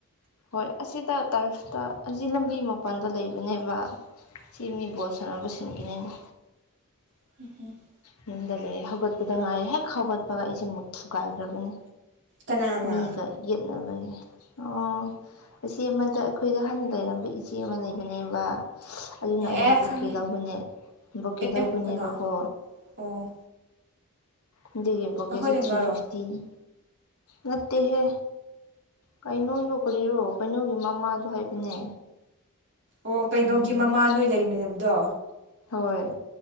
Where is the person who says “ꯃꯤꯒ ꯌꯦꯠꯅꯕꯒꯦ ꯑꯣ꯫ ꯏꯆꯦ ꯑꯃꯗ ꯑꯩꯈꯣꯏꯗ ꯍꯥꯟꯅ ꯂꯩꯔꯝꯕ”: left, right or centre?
Left